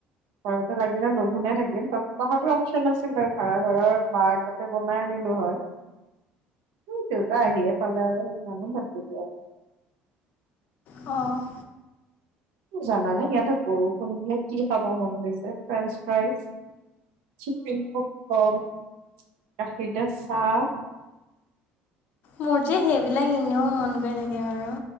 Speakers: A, on the right; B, on the left.
A: ঘৰতে লাগিলে লঘোনে থাকিম তত তথাপিও অপশচন আছিলে ভাড়া ঘৰৰ বাৰ তাত তাতে বনাই আনিলো হয় উ দেউতা আহিয়ে পালে আৰু সেইকাৰনে বাদেই দিলো আৰু।
B: অ'।
A: জাননে? ইয়াতে বৰষুণ দিলে কি খাব মন গৈছে? ফ্ৰেঞ্চ ফ্ৰাইজ চিকেন প'পকন, গাখীৰ দিয়া চাহ।
B: মোৰ যে সেইবিলাক এনেও মন গৈ থাকে বাৰু।